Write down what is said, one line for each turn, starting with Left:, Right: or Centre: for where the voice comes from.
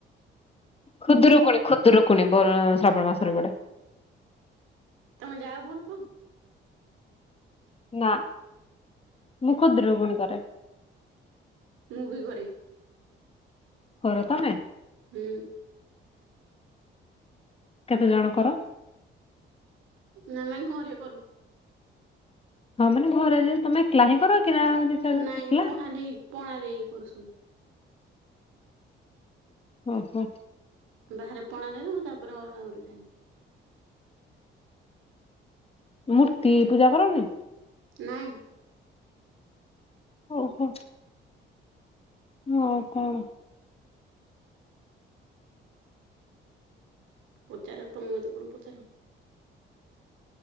Left: ଖୁଦରୁକୁୁଣି ଖୁଦରୁକୁଣି ବର ଶ୍ରାବଣ ମାସରେ ପଡ଼େ।
Right: ତମେ ଯାହା ବୋଲବ୍
Left: ନା ମୁଁ ଖୁଦୁରୁକୁଣୀ କରେ।
Right: ମୁଁ ବି ଘରେ।
Left: କର ତମେ?
Right: ହୁଁ।
Left: କେତେ ଜଣଙ୍କର?
Right: ନା ଆମେ ଘରେ କରୁ।
Left: ହଁ ମାନେ ଘରେ ଯୋଉ ତମେ <unintelligible> କର କି ନା? ଚାରି ଜଣ
Right: ନାଇଁ
Left: ଏକଲା
Right: ପଣା ଦେଇ ପଣା ଦେଇକି କରୁସୁ
Left: ଓହୋ।
Right: ବାହାରେ ପଣା ଦେବେ ମୁ ତାପରେ ଅରୁଆ ଆହୁରି ଖାଇବି।
Left: ମୂର୍ତ୍ତି ପୂଜା କରନି।
Right: ନାଇଁ।
Left: ଓହୋ। ଆଉ କଣ?
Right: ପଚାର ତମେ ମୋତେ କଣ ପଚାର?